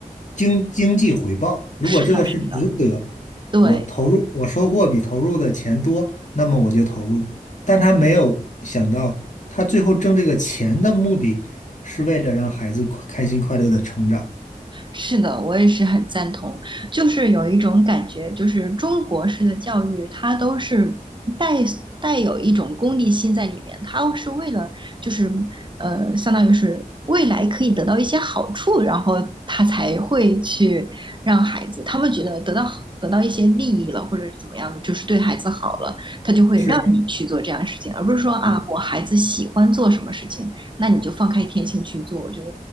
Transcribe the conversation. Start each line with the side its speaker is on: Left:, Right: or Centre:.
Left: 经经济回报。如果这个是值得，
Right: 是的，是的，对。
Left: 我投入我收获比投入的钱多，那么我就投入；但他没有想到，他最后挣这个钱的目的是为了让孩子快开心快乐的成长。
Right: 是的，我也是很赞同。就是有一种感觉，就是中国式的教育，它都是带带有一种功利心在里面，它是为了就是呃，相当于是未来可以得到一些好处，然后他才会去让孩子，他们觉得得到得到一些利益了，或者怎么样，的，就是对孩子好了，他就会让你去做这样的事情，
Left: 是，
Right: 而不是说啊，
Left: 也
Right: 我孩子喜欢做什么事情，那你就放开天性去做。我觉得